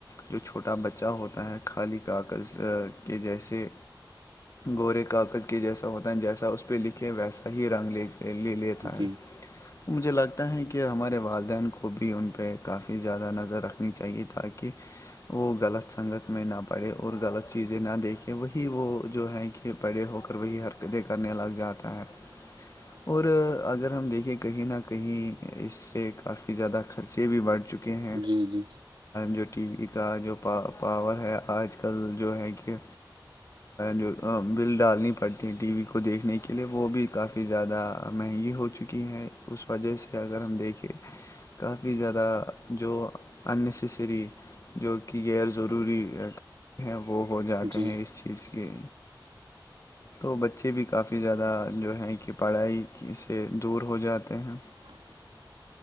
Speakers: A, on the left (about 40°); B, on the right (about 90°).
A: جو چھوٹا بچہ ہوتا ہے خالی کاغذ کے جیسے گورے کاغذ کے جیسا ہوتا ہے جیسا اس پہ لکھے ویسا ہی رنگ لےج پ لے لیتا ہے
B: جی
A: <unintelligible> مجھے لگتا ہے کہ ہمارے والدین کو بھی ان پہ کافی زیادہ نظر رکھنی چاہیے تاکہ وہ غلط سنگت <unintelligible> میں نہ پڑے اور غلط چیزیں نہ دیکھیں وہی وہ جو ہیں کہ پڑے ہو کر وہی ہر پدے کرنے لگ جاتا ہے
B: <inaudible>
A: اور اگر ہم دیکھیں کہیں نہ کہیں اس سے کافی زیادہ خرچے بھی بڑھ چکے ہیں
B: جی جی
A: جو ٹی وی کا جوا پاور ہے آج کل جو ہے کہ جو بل ڈالنی پڑتی ہے ٹی وی کو دیکھنے کے لیے وہ بھی کافی کافی زیادہ مہنگی ہو چکی ہے اس وجہ سے اگر ہم دیکھیں کافی زیادہ جو اننیسیسری جو کہ غیر ضروری تے ہیں وہ ہو جاتے
B: جی
A: ہیں اس چیز کے تو بچے بھی کافی زیادہ جو ہیں کہ پڑھائی سے دور ہو جاتے ہیں
B: <inaudible>